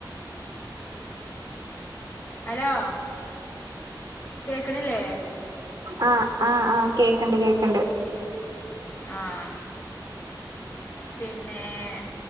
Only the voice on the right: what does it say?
ആഹ് ആഹ് ആഹ് കേക്കണ്ട് കേക്കണ്ട്
ഉ